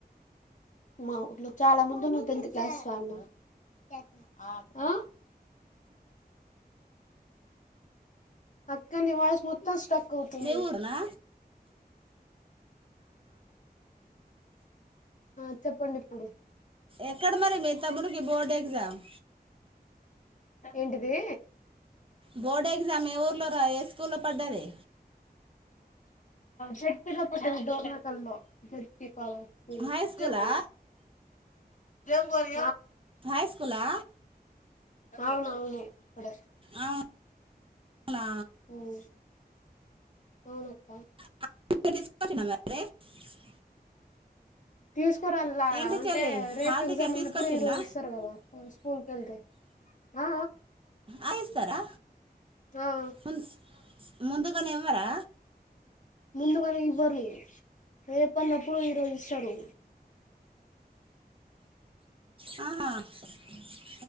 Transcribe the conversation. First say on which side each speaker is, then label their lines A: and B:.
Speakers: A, on the left; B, on the right.
A: మా ఊర్లో చాలా ముందు ఉన్నారు టెన్త్ క్లాస్ వాళ్ళు ఆ ఆ అక్క నీ వాయిస్ మొత్తం స్ట్రక్ అవుతుంది
B: ఏ ఊరు రా
A: ఆ చెప్పండి ఇప్పుడు
B: ఎక్కడ మరి మీ తమ్ముడికి బోర్డు ఎగ్జామ్
A: ఏంటిది
B: బోర్డు ఎగ్జామ్ ఏ ఊర్లో రా ఏ స్కూల్ లో పడ్డది
A: జట్పి లో పడ్డది డోంట జట్పి <unintelligible>
B: హై స్కూలా
A: జంబోలి
B: హాయ్స్కూలా
A: అవును అవును కాడ
B: ఆ అవునా
A: <unintelligible> అవునక్క
B: <unintelligible>
A: తీసు రా
B: ఏంటి
A: అంటే
B: చెల్లి
A: రేపు
B: హాల్
A: ఎగ్జామ్
B: టికెట్ తీసుకొచ్చిందా
A: ఇప్పుడు ఈ రోజు ఇస్తారు కదా స్కూల్కి వెళ్తే ఆ
B: ఆ ఇస్తారా
A: ఆ ఆహ్
B: ముం- ముందుగానే ఇవ్వరా
A: ముందుగానే ఇవ్వరు రేపన్నప్పుడు ఈరోజు ఇస్తారు
B: ఆ